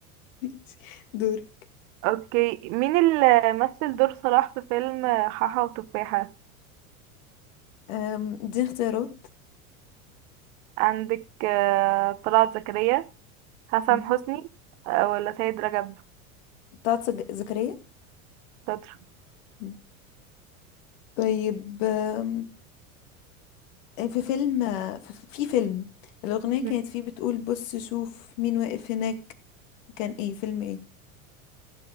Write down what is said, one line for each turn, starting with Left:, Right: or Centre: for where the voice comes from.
Left: <laughs> دوري
Right: اوكي مين اللي مثل دور صلاح في فيلم حاحة وتفاحة
Left: آم، دي اختيارات
Right: عندك آه، طلعت زكريا حسن
Left: مم.
Right: حسني آه، ولا سيد رجب
Left: بتاعت زك- زكريا
Right: شاطر
Left: مم. طيب آم، آه، في فيلم في في فيلم الأغنية
Right: مم.
Left: كانت فيه بتقول بص شوف مين واقف هناك كان ايه فيلم ايه